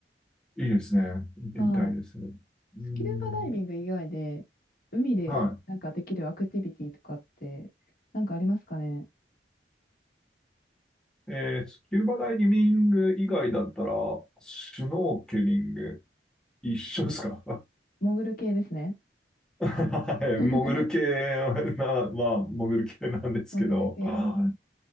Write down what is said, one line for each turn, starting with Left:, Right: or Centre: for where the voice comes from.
Centre: いいですね。行ってみたいです。
Left: はい。
Centre: うん、
Left: スキューバダイビング以外で、海でなんかできるアクティビティとかって、
Centre: は
Left: なんかありますかねん
Centre: い。えースキューバダイビング以外だったら、シュノーケリング、一緒ですか
Left: 潜る系ですね。
Centre: <laughs> はい潜る系
Left: <laughs>
Centre: な、まあ、潜る系なんですけど、
Left: 潜る系。
Centre: は